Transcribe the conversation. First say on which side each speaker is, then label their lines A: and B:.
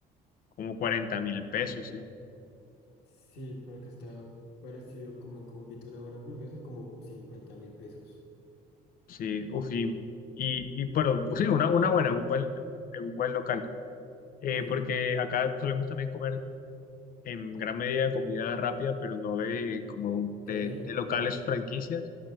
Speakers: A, on the left; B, on the left.
A: como cuarenta mil pesos, sí.
B: Sí, pero acá está parecido como en Convito una buena hamburguesa, como cincuenta mil pesos.
A: Sí, uf, y, y, y, pero pues sí, una, una buena, en un buen, en un buen local. Eh,
B: Sí,
A: porque acá solemos también comer en gran medida de comida rápida, pero no de como un- de,
B: callejera.
A: de locales franquicias.